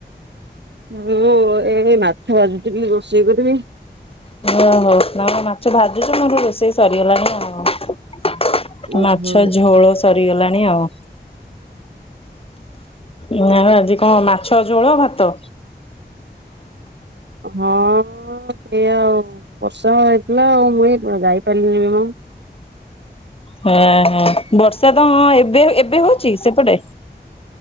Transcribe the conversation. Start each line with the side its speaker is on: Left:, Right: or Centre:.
Right: ଯୋଉ ଏ ମାଛ ଭାଜୁଛିଥିଲି ରୋଷେଇ କରିବି।
Left: ଓ ହଉ ନା ମାଛ ଭାଜୁଛୁ ମୋର ରୋଷେଇ ସରିଗଲାଣି ଆଉ ।
Right: ଉଁ
Left: ମାଛ
Right: ହୁଁ
Left: ଝୋଳ ସରିଗଲାଣି ଆଉ ନା ଆଜି କଣ ମାଛ ଝୋଳ ଭାତ।
Right: ହଁ। ସେଇଆ ଆଉ ବର୍ଷା ହେଇଥିଲା ଆଉ ମୁଇ ଯାଇପାରିଲିନି ବି ମୁଁ।
Left: ହଁ ହଁ ବର୍ଷା ତ ହଁ ଏବେ ଏବେ ହଉଛି ସେପଟେ।